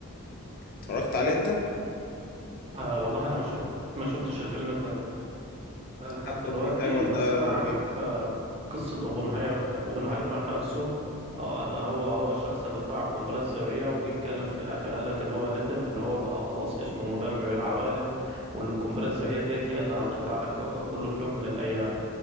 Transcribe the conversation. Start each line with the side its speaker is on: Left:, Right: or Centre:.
Left: اتفرجت عليه انت؟
Right: آه والله أنا ما شفت ما شفتش الفيلم ده لحد
Left: لا
Right: دلوقتي
Left: اوبنهايمر
Right: بس
Left: ده
Right: أنا عارف
Left: جامد
Right: آه قصة أوبنهايمر أوبنهايمر نفسه اه اللي هو هو الشخص اللي اخترع القنبلة الذرية وجي يتكلم في الآخر قال لك إن هو ندم وإن هو بقى خلاص اسمه مدمر العوالم وإن القنبلة الذرية ديت هي اللي هتقضي على الكوكب كله في يوم من الأيام